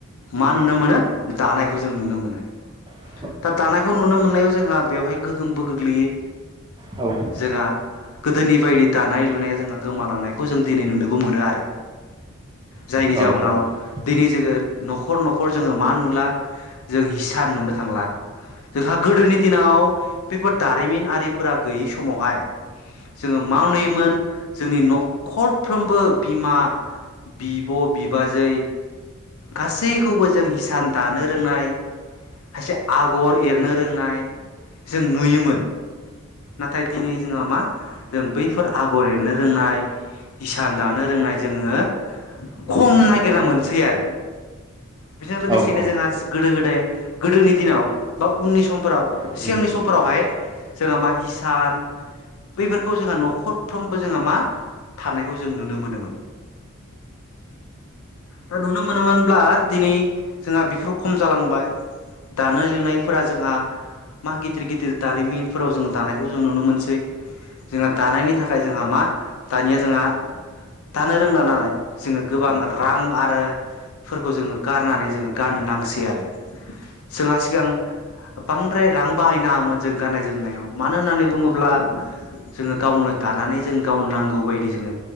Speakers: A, on the left; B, on the right.
A: मा नुनो मोनो दानायखौ जों नुनो मोनो
B: औ
A: दा दानायखौ नुनो मोननायाव जोंहा बेवहाय गोहोमबो गोग्लैयो।
B: औ
A: जोंहा गोदोनि बायदि दानाय लुनाया जोंहा गोमालांनायखौ जों दिनै नुनोबो मोनो आरो। जायनि
B: औ
A: जाउनाव दिनै जोङो न'खर न'खर जोङो मा नुला जों इसान नुनो थांला जोंहा गोदोनि दिनाव बे फोर दारिमिन आरि फोरा गैयि समावहाय जोङो मा नुयोमोन जोंनि न'खरफ्रोमबो बिमा बिब' बिबाजै गासैखौबो जों हिसान दानो रोंनाय खायसे आगर एरनो रोंनाय जों नुयोमोन। नाथाय दिनै जोंहा मा जों बैफोर आगर एरनो रोंनाय इसान दानो रोंनाय जोङो खम नागिरना मोनसै आरो बेजों लोगोसेनो
B: औ औ
A: जोंहा गोदो गोदाय गोदोनि दिनाव बा उननि समफोराव
B: औ
A: सिगांनि समफोरावहाय जोंहा मा हिसान बैफोरखौ जोंहा न'खरफ्रोमबो जोंङो मा थानायखौ जों नुनो मोनोमोन दा नुनो मोनोमोनब्ला दिनै जोंहा बेफोराव खम जालांबाय दानाय लुनायफोरा जोंहा मा गिदिर गिदिर दारिमिनफोराव जों दानाय खौ जों नुनो मोनसै जोंहा दानायनि थाखाय जोंहा मा दानिया जोंहा दानो रोंला नालाय जोंङो गोबां रां आरोफोरखौ जोंङो गारनानै जोंङो गारनो नांसै आरो जोंहा सिगां बांद्राय रां बाहायनाङामोन जों गाननाय जोमनायाव । मानो होननानै बुंङोब्ला जोंङो गावनो दानानै जों गावनो नांगौ बायदि जोङो